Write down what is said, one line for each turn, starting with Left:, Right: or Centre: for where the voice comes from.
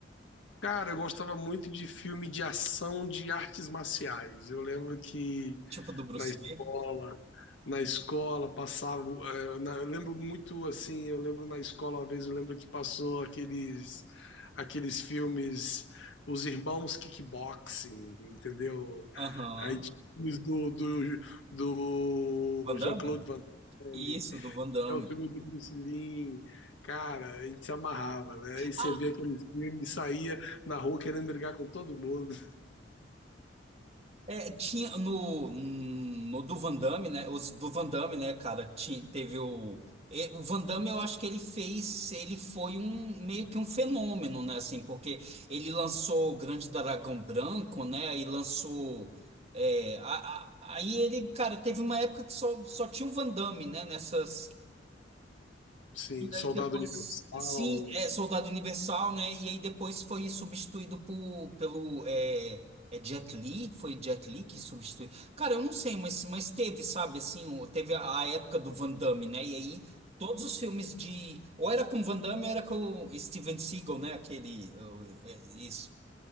Left: Cara, eu gostava muito de filme de ação de artes marciais. Eu lembro que
Right: Tipo do Bruce
Left: na escola,
Right: Lee?
Left: na escola passava, eh, na- eu lembro muito assim, eu lembro na escola uma vez, eu lembro que passou aqueles aqueles filmes Os Irmãos Kickboxing, entendeu?
Right: Aham.
Left: Aí tinha filmes do, do, do
Right: Van Damme?
Left: Jean-Claude Van Damme,
Right: Isso, do Van Damme.
Left: é o filme do Bruce Lee. Cara, a gente se amarrava, né? Aí você
Right: Ah,
Left: via aqueles filmes, saía na rua querendo brigar com todo mundo.
Right: É, tinha no, no do Van Damme, né? Os do Van Damme, né, cara, ti- teve o. e- O Van Damme, eu acho que ele fez, ele foi um meio que um fenômeno, né? Assim, porque ele lançou o Grande Dragão Branco, né? Aí lançou. é, a- a- aí ele, cara, teve uma época que só, só tinha o Van Damme, né? Nessas.
Left: Sim,
Right: E
Left: Soldado
Right: aí depois,
Left: Universal.
Right: sim, é Soldado Universal, né? E aí depois foi substituído por, pelo é, é Jet Li, foi Jet Li que substituiu. Cara, eu não sei, mas, mas teve, sabe, assim, o- teve a, a época do Van Damme, né? E aí todos os filmes de, ou era com Van Damme, ou era com o Steven Seagal, né? Aquele, o- é, isso.